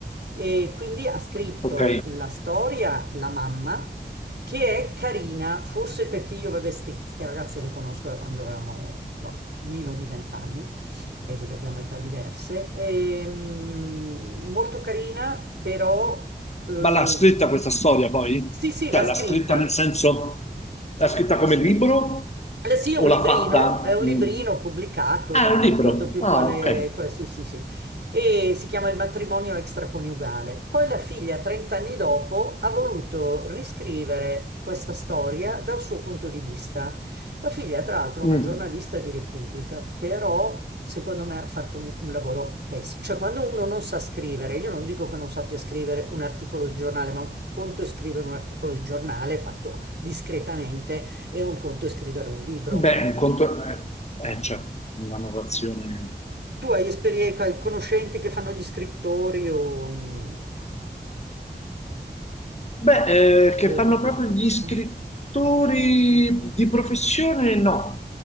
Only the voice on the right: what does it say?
E quindi ha scritto
la storia la mamma, che è carina, forse perché io, vabbè, queste ragazze le conosco da quando avevamo boh, meno di vent'anni, eh, perché abbiamo età diverse, Ehm, molto carina, però... eh,
sì, sì,
l'ha scritta.
Eh sì, è
un
librino,
è un librino
pubblicato
da non
mi
ricordo più
quale,
quale- sì, sì, sì, e si chiama Il matrimonio extraconiugale. Poi la figlia, 30 anni dopo, ha voluto riscrivere questa storia dal suo punto di vista. La figlia, tra l'altro, è
una giornalista di Repubblica, però secondo me ha fatto un, un lavoro pessimo. Cioè, quando uno non sa scrivere, io non dico che non sappia scrivere un articolo di giornale, ma un conto è scrivere un articolo di giornale fatto discretamente e un conto è scrivere un libro.
Tu hai esperienza, conoscenti che fanno gli scrittori o mh,
hai
avuto
esperienza?
Eh, eh.